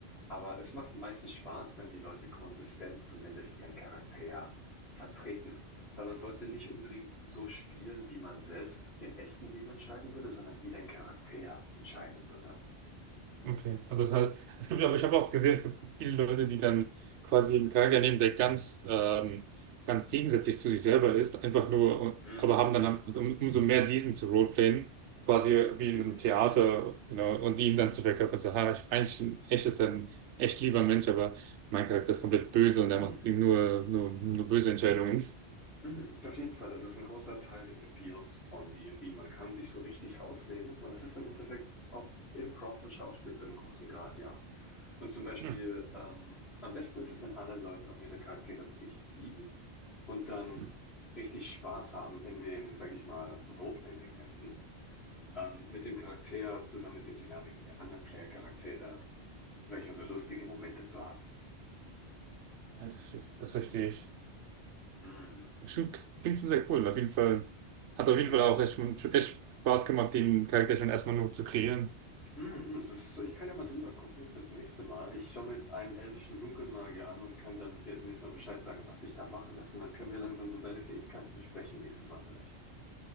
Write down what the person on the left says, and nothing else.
Aber es macht meistens Spaß, wenn die Leute konsistent zumindest ihren Charakter vertreten. Weil man sollte nicht unbedingt so spielen, wie man selbst im echten Leben entscheiden würde, sondern wie dein Charakter entscheiden würde.
Mm,
richtig,
richtig.
Mm, mm,
mm.
<clears throat> Mhm, auf jeden Fall, das ist ein großer Teil des Appeals von D&D. Man kann sich so richtig ausleben und es ist im Endeffekt auch Improv und Schauspiel zu einem großen Grad, ja. Und zum Beispiel,
ähm, am besten ist es, wenn alle Leute auch ihre Charaktere wirklich lieben und dann
richtig Spaß haben in den, sage ich mal, Roleplay-Segmenten, ähm, mit dem Charakter zusammen mit den Dynamiken der anderen Player-Charaktere, sage ich mal, so lustige Momente zu haben.
Mhm.
Zum
Beispiel.
Mhm, mhm, das ist so ich kann ja mal drüber gucken fürs nächste Mal. Ich schaue mir jetzt einen elvischen Dunkelmagier an und kann dann dir das nächste Mal Bescheid sagen, was sich da machen lässt. Und dann können wir langsam so deine Fähigkeiten besprechen nächstes Mal vielleicht.